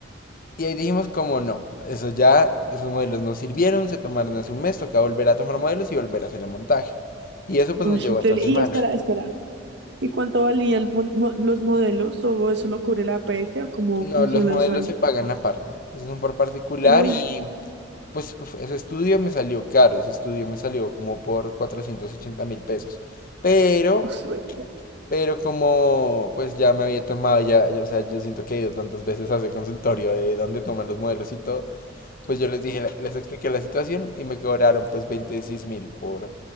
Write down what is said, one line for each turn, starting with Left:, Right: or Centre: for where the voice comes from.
Left: y ahí dijimos como no, eso ya, esos modelos no sirvieron, se tomaron hace un mes, toca volver a tomar modelos y volver a hacer el montaje. Y eso pues
Right: no,
Left: nos
Right: es
Left: llevó
Right: increíble.
Left: a esta semana.
Right: Y espera, espera, ¿Y cuánto valían mo- mo- los modelos? ¿O eso lo cubre la APS? ¿O cómo
Left: No,
Right: funciona
Left: los modelos
Right: eso ahí?
Left: se pagan aparte, esos son por particular
Right: Uy,
Left: y pues uf, ese estudio me salió caro, ese estudio me salió como por 480 mil pesos. Pero
Right: <laughs> pues, re-
Left: Pero como pues ya me había tomado, ya, ya, o sea, yo siento que he ido tantas veces a ese consultorio de dónde toman los modelos y todo, pues yo les dije, la- les expliqué la situación y me cobraron pues 26 mil por